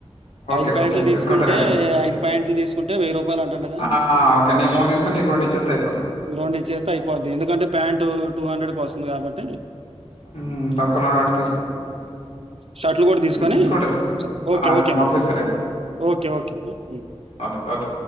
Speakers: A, on the left; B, on the right.
A: ఓకే
B: ఐదు ప్యాంట్లు
A: ఓకే తీసుకుంటాలేండి
B: తీసుకుంటే ఐదు ప్యాంట్లు తీసుకుంటే వెయ్యి రూపాయలు అంటాండ కదా
A: ఆ ఓకే నేను మూడు తీసుకొని నీకు రెండు ఇచ్చేత్తే అయిపోతది
B: రెండు ఇచ్చేస్తే అయిపోద్ది ఎందుకంటే ప్యాంట్ టూ హండ్రెడ్ పస్తుంది కాబట్
A: ఊ తక్కువ నా కాబట్
B: షర్ట్లు కూడా తీసుకొని
A: మీరు తీసుకుంటారు
B: ఓకే
A: ఆ
B: ఓకే
A: నేను పంపిస్తాలేండి
B: మరి okay okay um
A: okay okay